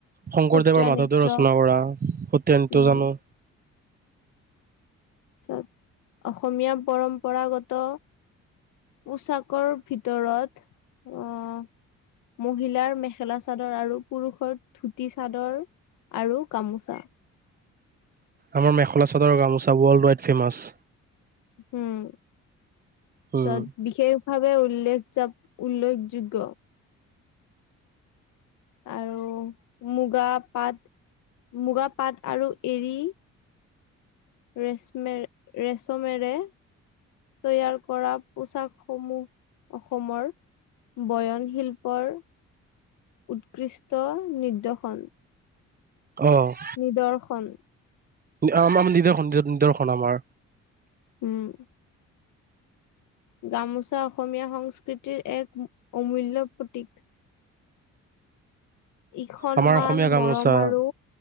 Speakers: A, on the right; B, on the left.
A: শংকৰদেৱৰ
B: সত্ৰীয়া
A: মাধদেৱে
B: নৃত্য
A: ৰচনা কৰা সত্ৰীয়া নৃত্য
B: উম,
A: জানো।
B: পিছত অসমীয়া পৰম্পৰাগত- পোচাকৰ ভিতৰ, অ' মহিলাৰ মেখেলা চাদৰ আৰু- পুৰুষৰ ধুতি চাদৰ আৰু গামোচা।
A: আমাৰ মেখলা চাদৰ গামোচা ৱৰ্ল্ড ৱাইড ফেমাচ।
B: উম।
A: উম
B: য'ত- বিশেষভাৱে উল্লেখ যত উল্লেখযোগ্য। আৰু মুগা পাট, মুগা পাট আৰু এৰী- ৰেচমেৰ ৰেচমেৰে- তৈয়াৰ কৰা পোচাক সমূহ অসমৰ- বয়নশিল্পৰ উৎকৃষ্ট নিদৰ্শন।
A: অ'
B: নিদৰ্শন।
A: আমাৰ নিদৰ্শন নিদৰ্শন আমাৰ।
B: উম' গামোচা অসমীয়া সংস্কৃতিৰ এক অমূল্য প্ৰতীক। ইখনমান
A: আমাৰ অসমীয়া গামোচা
B: মৰম আৰু-